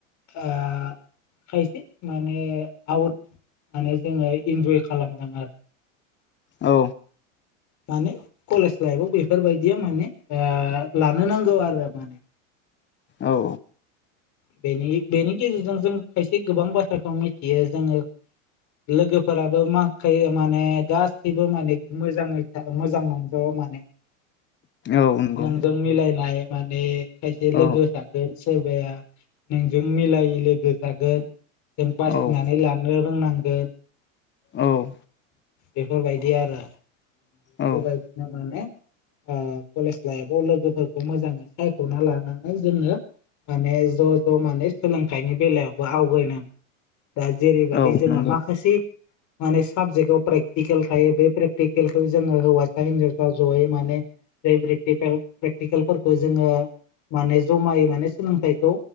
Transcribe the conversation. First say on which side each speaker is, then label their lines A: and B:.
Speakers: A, on the left; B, on the left.
A: ओ खायसे माने आउट माने जोङो इन्जय खालामदों आरो ।
B: औ
A: माने कलेज लाइफआव बेफोरबायदिया माने ओ लानो नांगौ आरो माने । <inaudible>
B: औ
A: बेनि बेनि गेजेरजों जों खायसे गोबां बाथ्राखौ मिथियो जोङो लोगोफोराबो माखायो माने गासैबो माने मोजाङै मोजां नंजोबा माने ।
B: औ नंगौ
A: नोंजों मिलायनाय माने खायसे
B: औ
A: लोगो था सोरबाया नोंजों मिलायै लोगो थागोन जों बासिनानै
B: औ
A: लानो रोंनांगोन ।
B: औ
A: बेफोरबायदि आरो बेफोरबायदिनो
B: औ
A: माने ओ कलेज लाइफआव लोगोफोरखौ मोजाङै सायख'ना लानानै जोङो माने ज' ज' माने सोलोंथाइनि बेलायावबो आवगायनां दा जेरैबायदि
B: औ
A: जोङा
B: नंगौ
A: माखासे माने साबजेक्टआव प्रेकटिकेल थायो बे प्रेकटिकेलखौ जोङो हौवासा हिनजावसा जयै माने बेे प्रेक्टिकेल प्रेक्टिकेलफोरखौ जोङो माने जमायै माने सोलोंथाइखौ